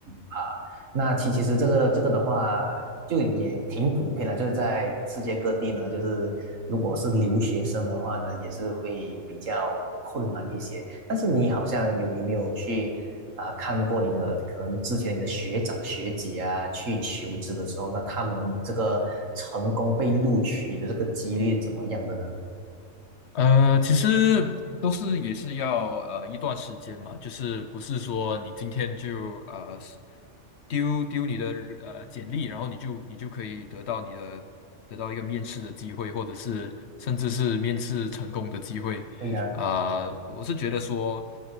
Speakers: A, on the right; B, on the left.
A: 吧？那其其实这个这个的话，就也挺普遍的，就是在世界各地呢，就是如果是留学生的话呢，也是会比较困难一些。但是你好像有有没有去啊、看过你的可能之前你的学长学姐啊去求职的时候，那他们这个成功被录取的这个几率怎么样的呢？
B: 呃，其实都是也是要呃一段时间嘛，就是不是说你今天就呃是丢丢你的呃简历，然后你就你就可以得到你的得到一个面试的机会，或者是甚至是面试成功的机会。
A: 对呀，
B: 啊、我是觉得说